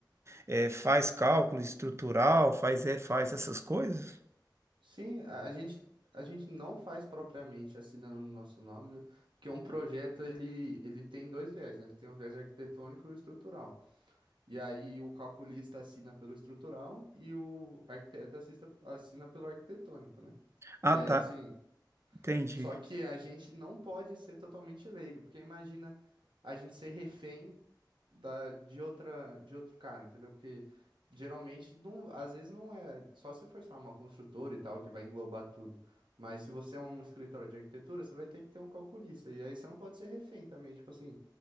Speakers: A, on the right; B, on the right.
A: é, faz cálculo estrutural, faz, é, faz essas coisas?
B: Sim, a a gente, a gente não faz propriamente assinando no nosso nome, né? Porque um projeto ele, ele tem dois viés, né? Ele tem o viés arquitetônico e o estrutural. E aí o calculista assina pelo estrutural e o arquiteto assista, assina pelo arquitetônico, né?
A: Ah,
B: Que é
A: tá.
B: assim,
A: Entendi.
B: só que a gente não pode ser totalmente leigo, porque imagina a gente ser refém da, de outra, de outro cara, entendeu? Porque geralmente, não, às vezes não é só se for, sei lá, uma construtora e tal, que vai englobar tudo. Mas se você é um escritório de arquitetura, você vai ter que ter um calculista. E aí você não pode ser refém também, tipo assim,